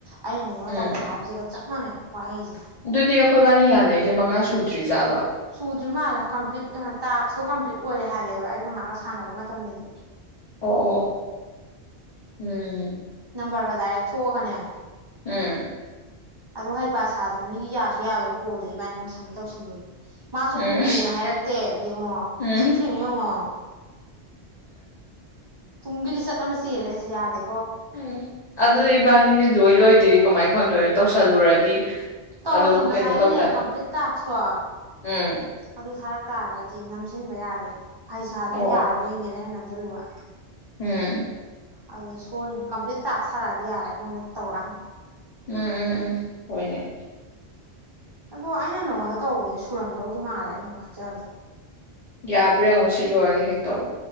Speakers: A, on the right; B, on the left.
A: ꯑꯩꯅ ꯃꯤꯉꯣꯟꯗ
B: ꯎꯝ
A: ꯇꯧꯕꯗ ꯍꯥꯏꯕꯁꯤꯒ ꯆꯞ ꯃꯥꯟꯅꯩ ꯋꯥꯍꯩꯁꯦ
B: ꯑꯗꯨꯗꯤ ꯑꯩꯈꯣꯏꯕꯥꯅꯤ ꯌꯥꯅꯔꯤꯁꯦ ꯃꯉꯥ ꯁꯨꯗ꯭ꯔꯤꯖꯥꯠꯂꯣ
A: ꯁꯨꯗ꯭ꯔꯤ ꯃꯥꯜꯂꯦ ꯀꯝꯄ꯭ꯂꯤꯠ ꯇꯥꯛꯁꯇꯣ ꯀꯝꯄ꯭ꯂꯤꯠ ꯑꯣꯏꯔꯦ ꯍꯥꯏꯔꯛꯑꯦꯕ ꯑꯩꯒ ꯃꯥꯒ ꯁꯥꯟꯅꯕ ꯃꯇꯝꯗꯗꯤ
B: ꯑꯣ ꯑꯣ ꯑꯣ ꯎꯝ
A: ꯅꯝꯕꯔꯒ ꯗꯥꯏꯔꯦꯛ ꯊꯣꯛꯑꯒꯅꯦ
B: ꯎꯝ
A: ꯑ ꯍꯩ ꯄ ꯁꯥꯗꯅ ꯃꯤꯒꯤ ꯌꯥꯁꯨ ꯌꯥꯗꯕ ꯀꯣꯜꯗꯣ ꯏꯕꯥꯅꯤꯉꯣꯟ ꯁꯝꯃꯤꯠ ꯇꯧꯁꯤꯜꯂꯣꯏꯕ ꯃꯥꯁꯨ
B: ꯎꯝ
A: ꯎꯔꯨꯅ ꯍꯥꯏꯔꯛꯇꯦ ꯌꯦꯡꯉꯣ
B: ꯎꯝ
A: ꯐꯠꯇ꯭ꯔꯤꯅꯨ ꯌꯦꯡꯉꯣ ꯇꯨꯡꯒꯤꯤꯂꯤ ꯁꯔ ꯃꯁꯤ ꯂꯩꯦ ꯌꯥꯗꯦ
B: ꯎꯝ ꯑꯗꯨꯗꯤ ꯏꯕꯥꯅꯤꯅꯤ ꯂꯣꯏ ꯂꯣꯏꯗꯦ ꯀꯃꯥꯏꯅ ꯈꯪꯗꯣꯏꯅꯣ ꯇꯧꯁꯜꯂꯨꯔꯗꯤ
A: ꯇꯧꯔꯦ
B: ꯑꯗꯨꯝ
A: ꯊꯧ ꯉꯁꯥꯏꯒꯤꯅꯦ
B: ꯀꯩꯅꯣ ꯇꯧꯗꯥꯏ
A: ꯀꯝꯄ꯭ꯂꯤꯠ ꯇꯥꯛꯁꯇꯣ
B: ꯎꯝ
A: ꯑꯗꯨ ꯊꯥꯔꯛ ꯇꯥꯔꯒꯗꯤ ꯤ ꯅꯝꯁꯤꯟꯕ ꯌꯥꯗ꯭ꯔꯦ ꯍꯩ ꯁꯥꯗꯅ
B: ꯑꯣ
A: ꯌꯥꯕ꯭ꯔꯦ
B: ꯑꯣ
A: ꯍꯡꯦꯅ ꯑꯩꯅ ꯅ ꯖꯂꯨꯋꯥ
B: ꯎꯝ
A: ꯑꯗꯨ ꯁꯣꯏꯅꯤ ꯀꯝꯄ꯭ꯂꯤꯠ ꯇꯥꯛꯁ ꯊꯔꯛꯑꯗꯤ ꯌꯥꯔꯦ ꯑꯩꯉꯣꯟꯗ ꯇꯧꯔꯛꯑꯅꯤ
B: ꯎꯝ ꯎꯝ ꯎꯝ ꯍꯣꯏꯅꯦ
A: ꯑꯗꯣ ꯑꯩꯅ ꯅꯉꯣꯟꯗ ꯇꯧꯕꯁꯦ ꯁꯨꯔꯝꯗꯧꯗꯤ ꯃꯥꯜꯂꯦ ꯑꯩ ꯈꯟꯆꯕꯗ
B: ꯌꯥꯕ꯭ꯔꯥ ꯌꯦꯡꯉꯣ ꯁꯤ ꯂꯣꯏꯔꯒ ꯍꯦꯛ ꯇꯧꯔꯛꯑꯣ